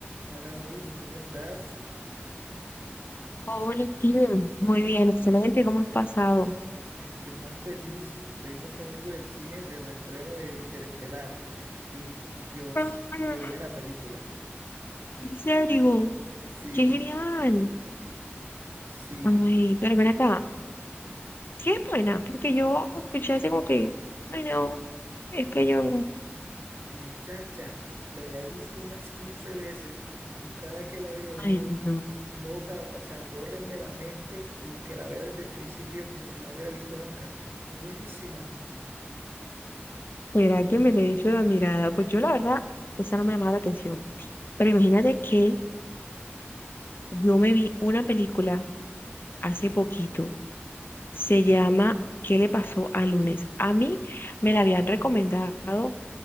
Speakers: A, on the right; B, on the left.
A: Hola Luz, ¿cómo estás?
B: Hola, Steven. Muy bien, excelente. ¿Cómo has pasado?
A: Estoy más feliz. Vengo saliendo del cine del reestreno de Interestelar. Y Dios,
B: Ah,
A: qué buena película.
B: ¿En serio?
A: Sí,
B: ¡Qué genial!
A: sí,
B: Ay, pero ven acá. ¿Qué es buena? Porque yo escuché así como que, ay, no, es peyongo.
A: muchacha, me la he visto unas 15 veces y cada que la veo
B: Ay,
A: digo,
B: no.
A: loca, o sea, bórrenme la mente y que la vea desde el principio como si no la hubiera visto nunca. Es buenísima.
B: ¿Será que me le echo la mirada? Pues yo, la verdad, esa no me llamaba la atención. Pero imagínate que yo me vi una película hace poquito. Se llama ¿Qué le pasó a lunes? A mí me la habían recomendado